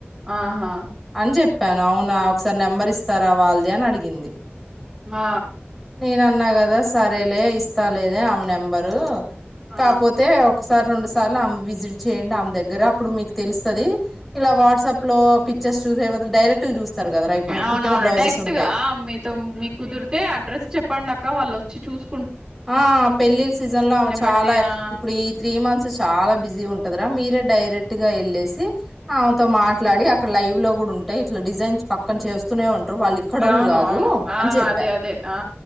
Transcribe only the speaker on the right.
ఆహా
ఆ
ఆ.
అవునవును
డైరెక్ట్గా
మీతో మీ కుదిరితే అడ్రస్ చెప్పండి అక్క వాళ్ళు వ చచ్చ చూసు
బట్టి ఆ
ఉమ్
అవును.
అవును. ఆ!
అదే. అదే. ఆ!